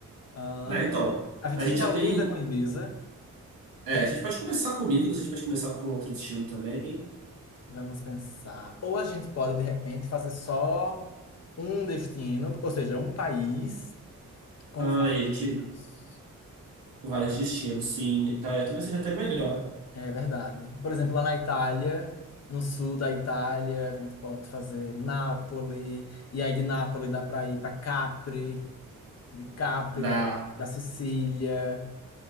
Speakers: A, on the left; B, on the right.
A: Ah,
B: Né, então,
A: a gente
B: a gente
A: finaliza
B: já tem.
A: com Ibiza,
B: É, a gente pode começar com Mykonos, a gente pode começar com outro destino também.
A: vamos pensar. Ou a gente pode, de repente, fazer só um destino, ou seja, um país com
B: Ah,
A: vários
B: e a gente.
A: destinos.
B: Com vários destinos, sim. Tá, é, talvez seja até melhor.
A: É verdade. Por exemplo, lá na Itália. No sul da Itália, a gente pode fazer Nápoles, e aí de Nápoles dá para ir para Capri, de Capri,
B: Dá.
A: da, da Sicília.